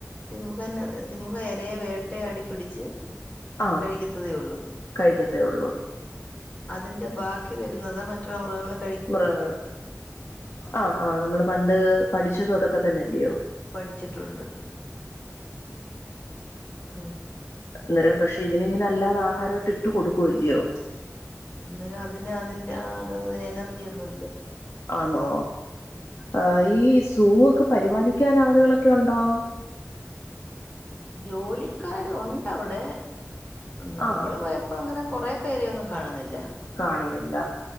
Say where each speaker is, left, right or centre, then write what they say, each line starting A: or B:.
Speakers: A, on the left (about 30°); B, on the left (about 60°).
A: സിംഹന് സിംഹ ഏരയേ വേട്ടയാടി പിടിച്ച്.
B: ആ.
A: കഴിക്കത്തതേ ഉള്ളൂ
B: കഴിക്കത്തേ ഉള്ളൂ
A: അതിന്റെ ബാക്കി വരുന്നത് മറ്റുള്ള മൃഗങ്ങളി
B: മൃഗങ്ങൾ. ആ. ആഹ് നമ്മള് പണ്ട് പഠിച്ചതും അതൊക്കെ തന്നെല്ലയോ?
A: പഠിച്ചിട്ടുണ്ട്. അതെ
B: അന്നേരം പക്ഷെ ഇതിങ്ങനെ അല്ലാതെ ആഹാരമായിട്ട് ഇട്ട് കൊടുക്കൂല്ലോ.
A: അന്നേരം അതിന് അതിൻറ അത അതിന് എനർജി ഒന്നും ഇല്ല.
B: ആണോ. ആ ഈ സൂ ഒക്കെ. പരിപാലിക്കാൻ ആളുകളൊക്കെ ഉണ്ടോ?
A: ജോലിക്കാരു ഉണ്ട് അവിടെ, നമ്മള്
B: ആഹ്
A: പോയപ്പോ അങ്ങനെ കൊറെ പേര ഒന്നും കാണുന്നില്ല.
B: കാണുന്നില്ല